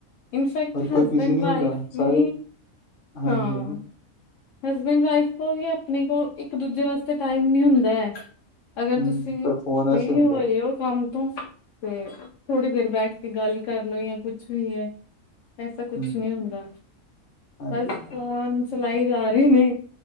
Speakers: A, on the left; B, on the left.
A: ਇਨਫੈਕਟ
B: ਔਰ
A: ਹਸਬੈਂਡ
B: ਕੋਈ ਬਿਜ਼ੀ ਨਹੀਂ
A: ਵਾਈਫ
B: ਹੁੰਦਾ ਸਾਰੇ
A: ਵੀ
B: ਹਾਂਜੀ,
A: ਹਾਂ
B: ਹਾਂਜੀ
A: ਹਸਬੈਂਡ ਵਾਈਫ ਕੋਲ ਵੀ ਆਪਣੇ ਕੋਲ ਇੱਕ ਦੂਜੇ ਵਾਸਤੇ ਟਾਈਮ ਨੀ ਹੁੰਦਾ ਐ ਅਗਰ
B: ਹੂੰ,
A: ਤੁਸੀਂ
B: ਪਰ ਫੋਨ
A: ਫਰੀ
B: ਐਸੇ ਹੁੰਦਾ
A: ਹੋਏ ਹੋ ਕੰਮ ਤੇ ਥੋੜੀ ਦੇਰ ਬੈਠ ਕੇ ਗੱਲ ਕਰਲੋ ਜਾਂ ਕੁਛ ਵੀ ਹੈ ਐਸਾ
B: ਹੂੰ,
A: ਕੁਛ ਨਹੀਂ ਹੁੰਦਾ
B: ਹਾਂਜੀ,
A: ਬਸ
B: ਹਾਂਜੀ
A: ਫੋਨ ਚਲਾਏ ਜਾ ਰਹੇ ਨੇ